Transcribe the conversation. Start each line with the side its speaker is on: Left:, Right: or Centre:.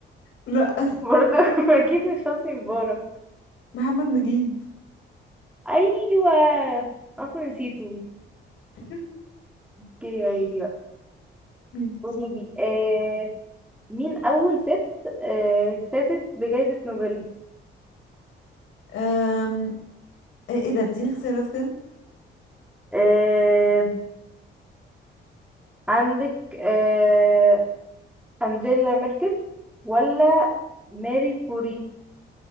Left: لا
Centre: برضه <laughs> اكيد مش حسني مبارك
Left: محمد نجيب
Centre: ايوه اصلا نسيته
Left: <laughs>
Centre: اوكي عادي بقى
Left: مين
Centre: قولي لي آه مين اول ست آه فازت بجائزة نوبل
Left: أم... ايه إيه ده اديني اختيارات كده
Centre: آه عندك آه انجيلا ميركل ولا ماري كوري